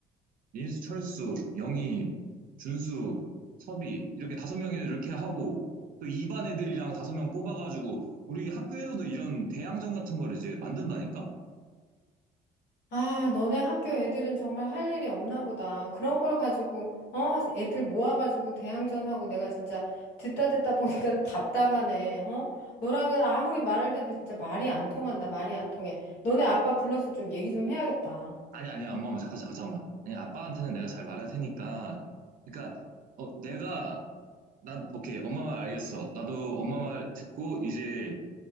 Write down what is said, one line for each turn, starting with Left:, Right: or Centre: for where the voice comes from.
Right: 민수, 철수, 영희, 준수, 섭이, 이렇게 다섯 명이 이렇게 하고, 또 2반 애들이랑 다섯 명 뽑아가지고, 우리 학교에서도 이런 대항전 같은 걸 이제 만든다니까?
Left: 아, 너네 학교 애들은 정말 할 일이 없나 보다. 그런 걸 가지고, 어, 애들 모아가지고 대항전하고 내가 진짜 듣다 듣다 보니까 <laughs> 답답하네, 어? 너랑은 아무리 말을 해도 진짜 말이 안 통한다, 말이 안 통해. 너네 아빠 불러서 좀 얘기 좀 해야겠다.
Right: 아니, 아니, 엄마, 엄마, 잠깐, 잠깐, 잠깐만. 아니, 아빠한테는 내가 잘 말할 테니까. 그러니까, 어, 내가 난 오케이 엄마 말 알겠어. 나도 엄마 말 듣고 이제